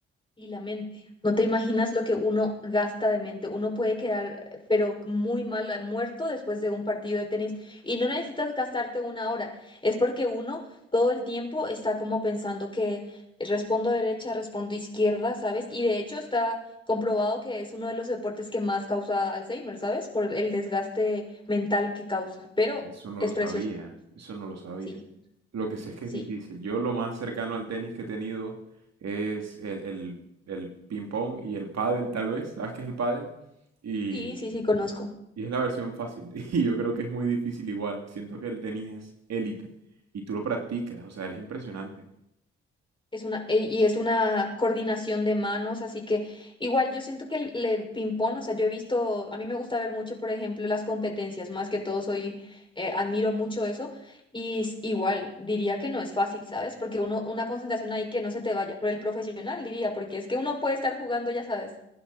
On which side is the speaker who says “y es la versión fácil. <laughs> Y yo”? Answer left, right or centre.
Right